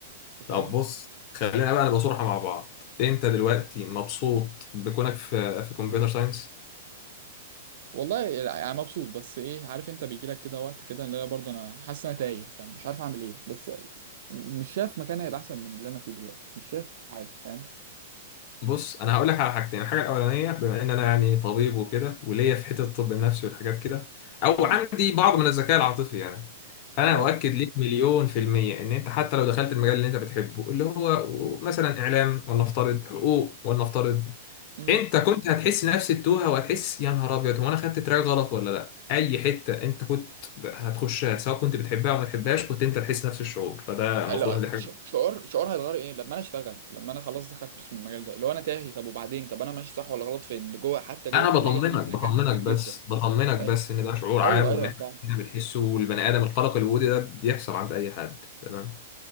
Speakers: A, on the right (about 65°); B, on the left (about 40°).
A: انت
B: طب
A: فاهم
B: بص خلينا بقى نبقى صراحه مع بعض انت دلوقتي مبسوط بكونك في في كمبيوتر ساينس
A: والله يعني مبسوط بس ايه عارف انت بيجي لك كده وقت كده اللي هي برضه انا حاسس ان انا تايه فمش عارف اعمل ايه بس مش شايف مكان هيبقى احسن من اللي انا فيه دلوقتي مش شايف حاجه فاهم
B: بص انا هقول لك على حاجتين الحاجه الاولانيه بما ان انا يعني طبيب وكده وليا في حته الطب النفسي والحاجات كده او
A: امم
B: عندي بعض من الذكاء العاطفي يعني انا
A: اه
B: اؤكد ليك مليون في الميه ان انت حتى لو دخلت المجال اللي انت بتحبه اللي هو مثلا اعلام ولنفترض حقوق ولنفترض
A: امم
B: انت كنت هتحس نفس التوهه وهتحس يا نهار ابيض هو انا خدت تراك غلط ولا لا اي حته انت كنت هتخشها سواء كنت بتحبها او ما تحبهاش كنت انت تحس نفس الشعور فده المفروض
A: لا
B: إن دي حاجه
A: ش- شعور شعور هيتغير ايه لما انا اشتغل لما انا خلاص دخل فلوس من المجال ده اللي هو انا تاهي طب وبعدين طب انا ماشي صح ولا غلط فين جوه حتى جوه
B: انا
A: الكليه
B: بطمنك
A: في تركات
B: بطمنك
A: كتير جدا
B: بس بطمنك
A: فاهم
B: بس ان ده شعور
A: ايوه
B: عام
A: ايوه
B: وان احنا
A: فاهم
B: كلنا بنحسه والبني ادم القلق الوجودي ده بيحصل عند اي حد تمام